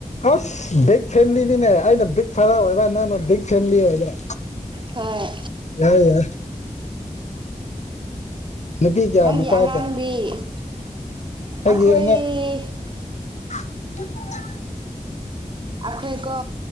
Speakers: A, on the left; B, on the right.
A: ꯑꯁ ꯕꯤꯛ ꯐꯦꯃꯤꯂꯤꯅꯤꯅꯦ ꯑꯩꯅ ꯕꯤꯛ ꯐꯥꯗꯔ ꯑꯣꯏꯕ ꯅꯪꯅ ꯕꯤꯛ ꯐꯦꯃꯤꯂꯤ ꯑꯣꯏꯕ
B: ꯍꯣꯏ
A: ꯌꯥꯏ ꯌꯥꯏ ꯅꯨꯄꯤ ꯀꯌꯥ
B: ꯅꯪꯒꯤ
A: ꯅꯨꯄꯥ
B: ꯑꯉꯥꯡꯗꯤ
A: ꯀꯌꯥ
B: ꯑꯩꯈꯣꯏ
A: ꯑꯩꯒꯤ ꯑꯉꯥꯡ <unintelligible>
B: ꯑꯩꯈꯣꯏꯀꯣ